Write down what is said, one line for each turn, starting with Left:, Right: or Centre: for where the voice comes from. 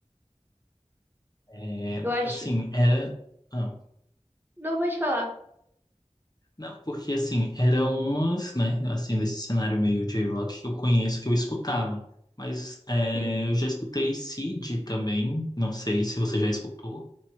Left: É,
Right: Eu acho.
Left: assim, era. ah,
Right: Não, pode falar.
Left: não, porque assim, eram umas, né? Assim, nesse cenário meio J-Rock que eu conheço, que eu escutava. Mas é,
Right: Uhum.
Left: eu já escutei Seed também. Não sei se você já escutou.